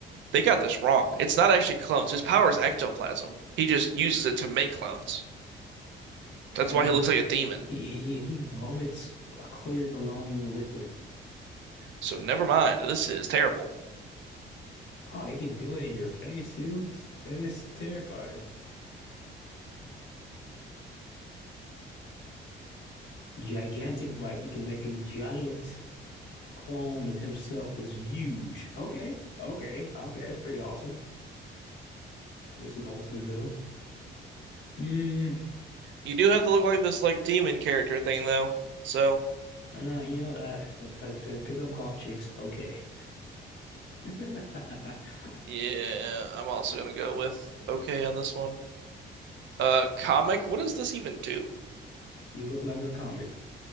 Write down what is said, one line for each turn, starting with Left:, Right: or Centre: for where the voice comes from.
Right: they got this wrong. It's not actually clones. His power is ectoplasm. He just uses it to make clones. That's
Left: And
Right: why
Left: he
Right: he looks like a demon.
Left: he, he vomits a clear glowing liquid.
Right: So never mind. This is terrible.
Left: Oh, he can do it in your face too. It's, that is terrifying. Gigantic bite. He can make a giant clone of himself that's huge. Okay, okay, okay. That's pretty awesome. This is ultimate move. Hmm.
Right: You do have to look like this like demon character thing though. So,
Left: Uh, you know what? Uh, uh, p- pick up golf chicks. Okay. <laughs>
Right: yeah, I'm also gonna go with okay on this one. Uh, comic, what does this even do?
Left: You look like a comic.